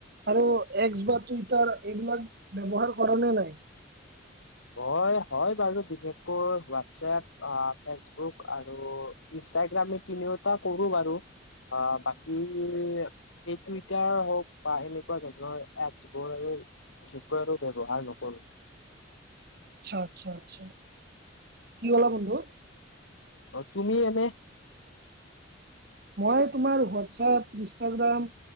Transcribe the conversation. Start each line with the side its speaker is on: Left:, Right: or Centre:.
Right: আৰু একস বা টুইটাৰ এইবিলাক ব্যৱহাৰ কৰা নে নাই?
Left: হয়, হয় বাৰু বিশেষকৈ হোৱাটছএপ আ ফেচবুক আৰু ইনষ্টাগ্ৰামে তিনিওটা কৰো বাৰু। আ বাকী এই টুইটাৰ হওক বা এনেকুৱা ধৰণৰ এপচ বোৰ আৰু বিশেষকৈ আৰু ব্যৱহাৰ নকৰোঁ।
Right: আচ্ছা আচ্ছা আচ্ছা। কি বলা বন্ধু?
Left: অ, তুমি এনে
Right: মই তোমাৰ হোৱাটছআপ, ইনষ্টাগ্ৰাম,